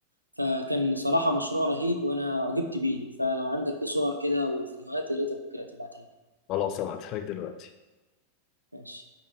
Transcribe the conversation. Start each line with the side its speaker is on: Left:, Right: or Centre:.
Right: فكان صراحة مشروع رهيب وانا عجبت بيه فلو عندك ليه صور كده وفيديوهات يا ريتك تبعتها لي
Left: خلاص أبعتها لك دلوقتي
Right: ماشي